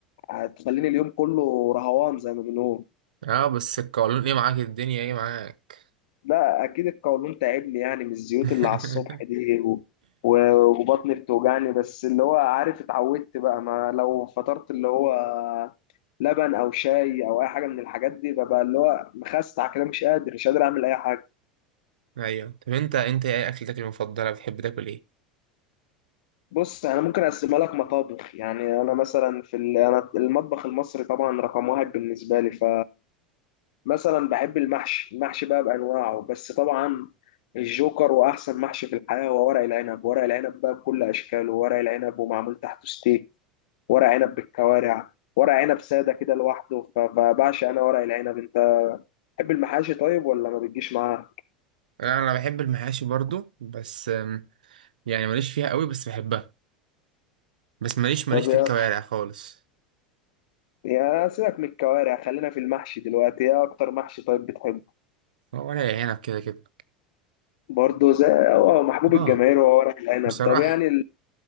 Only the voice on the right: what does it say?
اه بس القولون ايه معاك الدنيا ايه معاك
<laughs>
ايوه طب انت انت ايه اكلتك المفضلة بتحب تاكل ايه
آه، انا بحب المحاشي برضو بس آم، يعني ماليش فيها قوي بس بحبها بس ماليش ماليش
في
الكوارع خالص
هو ولا عنب كده كده
اه
بصراحة